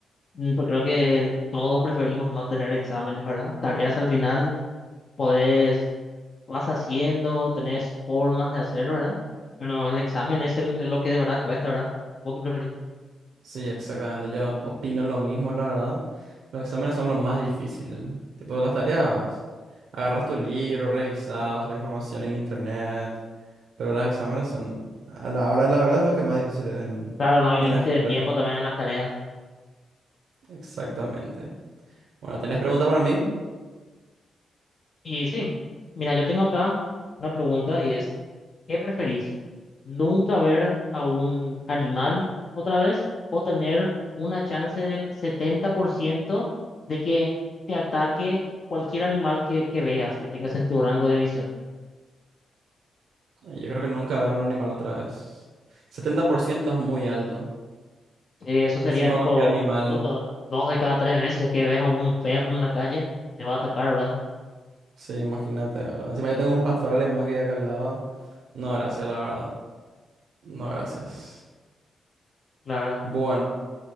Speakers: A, on the left (about 35°); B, on the right (about 70°).
A: mm, pues creo que todos preferimos no tener exámenes, ¿verdad? Tareas al final podés, vas haciendo, tenés formas de hacerlo, ¿verdad? Pero el examen es, el, es lo que de verdad cuesta, ¿verdad? ¿Vos qué preferís?
B: Sí, exactamente. Yo opino lo mismo, la verdad. Los exámenes son lo más difícil. Tipo de las tareas. Agarras tu libro, revisas la información en internet, pero los exámenes son a la hora de la verdad es lo que más difícil es en,
A: Claro, no hay
B: en
A: límite
B: la escuela.
A: de tiempo también en las tareas.
B: Exactamente. Bueno, ¿tenés preguntas para mí?
A: Y sí, mira, yo tengo acá una pregunta y es, ¿Qué preferís? ¿Nunca ver a un animal otra vez o tener una chance del 70% de que te ataque cualquier animal que, que veas, que tengas en tu rango de visión?
B: Ay, Yo creo que nunca ver a un animal otra vez. 70% es muy alto.
A: Eh, Eso sería
B: Encima
A: tipo
B: cualquier animal,
A: do- eh, dos de cada tres veces que ves a un perro en la calle, te va a atacar, ¿verdad?
B: sí, imagínate, ¿verdad? Encima yo tengo un pastor alemán que hay acá al lado. No, gracias, la verdad. No, gracias.
A: Claro.
B: Bueno,